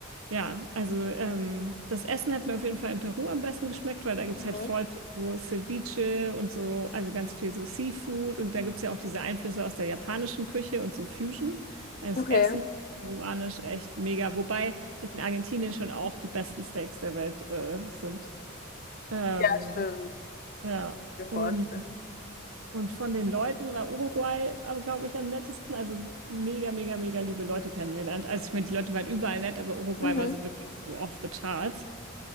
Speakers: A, on the right; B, on the left.
A: Ja, also ähm, das Essen hat mir auf jeden Fall in Peru am besten geschmeckt, weil da gibt
B: Mhm.
A: es halt voll viel so Ceviche und so, also ganz viel so Seafood und da gibt es ja auch diese Einflüsse aus der japanischen Küche und so Fusion. Also
B: Okay.
A: das Essen, peruanisch, echt mega. Wobei in Argentinien schon auch die besten Steaks der Welt äh, sind. Ähm,
B: Ja, stimmt.
A: ja,
B: Mir
A: und,
B: vorstellen.
A: und von den Leuten war Uruguay, glaube ich, am nettesten. Also mega, mega, mega liebe Leute kennengelernt. Also ich meine, die Leute waren überall nett, aber Uruguay
B: Mhm.
A: war so wirklich so off the charts.